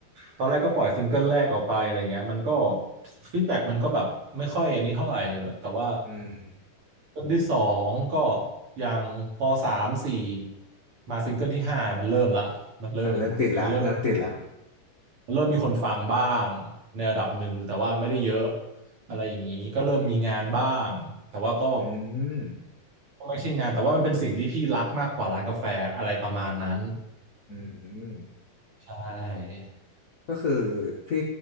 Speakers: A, on the right; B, on the left.
A: ตอนแรกก็ปล่อยซิงเกิลแรกออกไปอะไรเงี้ยมันก็ฟีดแบ็กมันก็แบบไม่ค่อยอันนี้เท่าไหร่หรอกแต่ว่า
B: อืม
A: ซิงเกิลที่สองก็ยังพอสามสี่มาซิงเกิลที่ห้ามันเริ่มละมันเริ่มมันเริ่ม
B: อ่าเริ่มติดละเริ่มติดละ
A: เริ่มมีคนฟังบ้างในระดับหนึ่งแต่ว่าไม่ได้เยอะ อะไรอย่างนี้ก็เริ่มมีงานบ้างแต่ว่าก็
B: อืม
A: ไม่ใช่งานแต่ว่ามันเป็นสิ่งที่พี่รักมากกว่าร้านกาแฟอะไรประมาณนั้น
B: อืมอืม
A: ใช่
B: ก็คือพี่